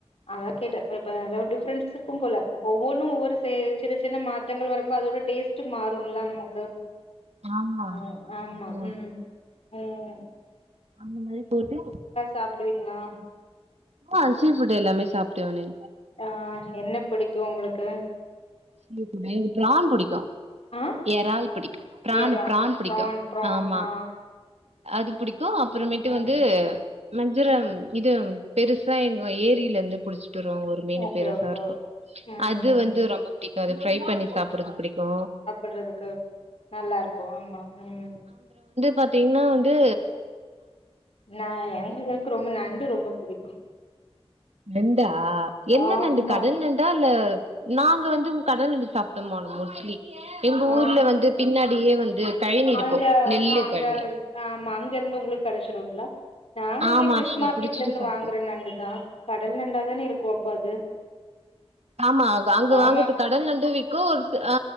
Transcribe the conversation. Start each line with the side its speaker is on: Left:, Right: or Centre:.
Left: அதான் கேட்டேன் இப்ப ஏதாவ டிஃப்ரெண்ஸ் இருக்கும் போல ஒவ்வொன்னும் ஒவ்வொரூ சே சின்ன சின்ன மாற்றங்கள் வரும்போது அதோட டேஸ்ட்டு மாறும்ல நமக்கு
Right: ஆமா
Left: உம் ஆமா
Right: அது
Left: உம் உம்
Right: அந்த மாரி போட்டு
Left: சாப்பிடுவீங்களா
Right: ஆ சீ ஃபுட்டு எல்லாமே சாப் டுவனே
Left: ஆ என்ன புடிக்கு உங்ளுக்கு
Right: <unintelligible> எனக்கு ப்ரான் புடிக்கு
Left: ஆ
Right: எறால் பிடிக்கு பிரான்
Left: எறா
Right: பிரான் பிடிக்கு
Left: ப்ரான் ப்ரான்
Right: ஆமா
Left: ஆ
Right: அது புடிக்கும் அப்புறமேட்டு
Left: ம்
Right: வந்து மஞ்சுரம் இது பெருசா எங்க ஏரியில இருந்து புடிச் விட்டு வருவாங்க ஒரு மீனு
Left: ஓகே
Right: பெருசா
Left: ஓகே
Right: இருக்கு
Left: ம்
Right: அது வந்து ரொம்ப பிடிக்கு அது ஃப்ரை பண்ணி சாப்பறது புடிக்கு
Left: ட்ரதுக்கு நல்லா இருக்கு ஆமா உம்
Right: பாத்தீங்ன்னா வந்து
Left: நான் எங்கக்கு ரொம்ப நண்டு ரொம் ரொம்ப புடிக்கு
Right: நண்டா டா எந்த
Left: ஆமா
Right: நண்டு கடல் நண்டா இல்ல நாங்க வந்து கடல் நண்டு சாப்ட்டமா மோஸ்ட்லி எங்க
Left: ஆ
Right: ஊர்ல வந்து பின்னா அப்டியே வந்து கழனி இருக்கு
Left: அங்க
Right: நெல்லு
Left: அங்க
Right: கழனி
Left: ஆமா அங்க இருந்து உங்களுக்கு கெடச்சிரும்ல நாங்க
Right: ஆமா
Left: இங்க பிஷ்
Right: நாங்க
Left: மார்க்கெட்ல
Right: புடிச்சிட்டு
Left: இருந்து
Right: சாப்ட்டோ
Left: வாங்குற நண்டுதா கடல் நண்டாதானே இருக்கு அப்போ அது
Right: ஆமா வாங்க
Left: ஆமா
Right: வாங்கது கடல் நண்டு விக்கு ஒரு சி ஆ